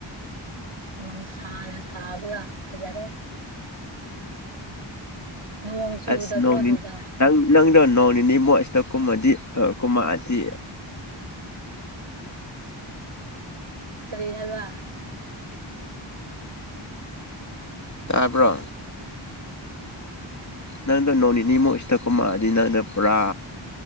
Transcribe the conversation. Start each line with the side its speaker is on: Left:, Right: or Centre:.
Right: ꯅꯨꯡꯁꯥꯅ ꯁꯥꯕꯒ ꯐꯖꯔꯦ ꯅꯣꯡ ꯆꯨꯗꯕ꯭ꯔꯣ
Left: ꯑꯁ ꯅꯣꯡꯅꯤꯅꯤ
Right: ꯑꯗꯨꯗ
Left: ꯇꯪ ꯅꯪꯗꯣ ꯅꯣꯡ ꯅꯤꯅꯤ ꯃꯣꯏ ꯑꯁꯤꯗ ꯀꯨꯝꯃꯗꯤ ꯀꯨꯝꯃꯛꯑꯗꯤ
Right: ꯀꯔꯤ ꯍꯥꯏꯕ
Left: ꯇꯥꯕ꯭ꯔꯣ ꯅꯪꯗꯣ ꯅꯣꯡ ꯅꯤꯅꯤꯃꯨꯛꯁꯤꯗ ꯀꯨꯃꯛꯑꯗꯤ ꯅꯪꯗꯣ ꯄꯨꯔꯥ